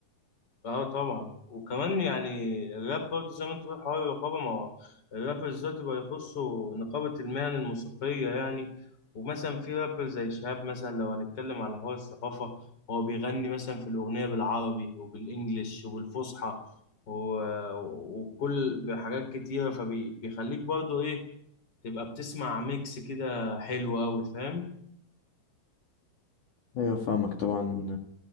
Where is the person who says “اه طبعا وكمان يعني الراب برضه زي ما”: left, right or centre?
Left